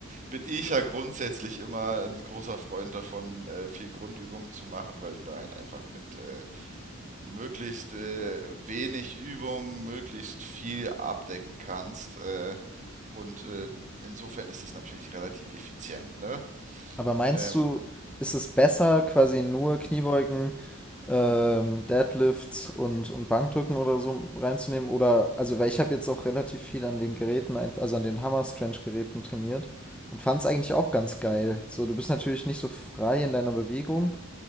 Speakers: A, on the right (about 35°); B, in the centre.
A: bin ich ja grundsätzlich immer ein großer Freund davon, äh, viel Grundübungen zu machen, weil du da halt einfach mit äh, möglichst äh, wenig Übung möglichst viel abdecken kannst. Äh, und äh, insofern ist es natürlich relativ effizient. Ne?
B: Aber meinst
A: Ähm,
B: du, ist es besser, quasi nur Kniebeugen, ähm, Deadlifts und, und Bankdrücken oder so reinzunehmen? Oder, also, weil ich habe jetzt auch relativ viel an den Geräten, einf- also an den Hammer-Strength-Geräten trainiert und fand es eigentlich auch ganz geil. So, du bist natürlich nicht so frei in deiner Bewegung,